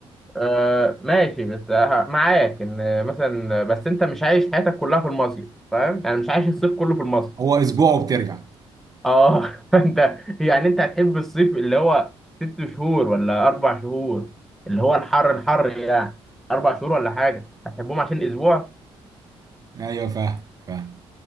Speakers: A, in the centre; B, on the right (about 35°).
A: آه ماشي بس ه- معاك ان مثلا بس انت مش عايش حياتك كلها في المصيف فاهم يعني مش عايش الصيف كله في المصيف
B: هو اسبوع وبترجع
A: اه <laughs> فانت يعني انت هتحب الصيف اللي هو ست شهور ولا اربع شهور اللي هو الحر الحر يعني اربع شهور ولا حاجه هتحبهم عشان اسبوع
B: ايوه فاهم فاهم